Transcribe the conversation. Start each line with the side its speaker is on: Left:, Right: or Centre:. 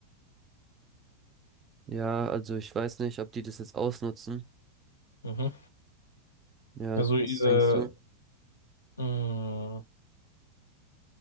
Right: ja, also ich weiß nicht, ob die das jetzt ausnutzen.
Left: Mhm.
Right: Ja,
Left: Also ihre,
Right: was denkst du?
Left: mm,